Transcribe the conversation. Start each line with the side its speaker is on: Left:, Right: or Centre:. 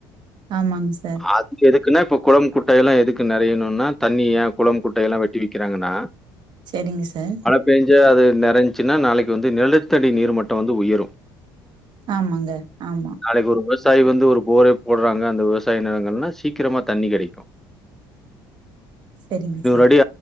Right: ஆமாங் சார்
Centre: அதுக்கு எதுக்குன்னா இப்ப குளம் குட்டை எல்லா எதுக்கு நெறையணுனா தண்ணி ஏ குளம் குட்டைய எல்லா வெட்டி விக்கிறாங்கன்னா
Right: சரிங்க சார்
Centre: பெஞ்ச அது நெரஞச்சுன்னா நாளைக்கு வந்து நெலு நிலத்தடி நீர் மட்டோ வந்து உயரு
Right: ஆமாங்க ஆமா
Centre: நாளைக்கி ஒரு வருஷத் விவசாயி வந்து ஒரு போர போடுறாங்க அந்த விவசாய நிலங்கள்னா சீக்கிரமா தண்ணி கிடைக்கு
Right: செரிங்க சார்
Centre: அடி,